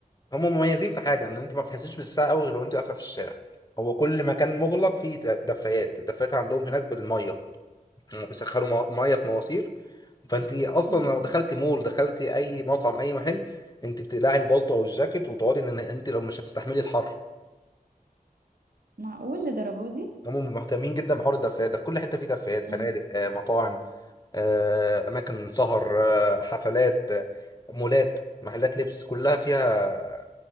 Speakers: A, on the left; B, on the right.
A: هم مميزين في حاجه ان انت ما بتحسيش بالساعه قوي غير وانت واقفه في الشارع هو كل مكان مغلق فيه دفايات الدفايات عندهم هناك بالميه مم، بيسخنوا مو- ميه في مواسير فانت اصلا
B: مم.
A: لو دخلتي مول دخلتي اي مطعم اي محل انت بتقلعي البلطو او الجاكيت وتقعدي ان انت لو مش هتستحملي الحر
B: معقول لدرجه دي
A: هم مهتمين جدا بحوار الدفايات ده في كل حته في دفايات فنادق
B: مم.
A: آه، مطاعم آه، اماكن سهر آه، حفلات آه، مولات محلات لبس كلها فيها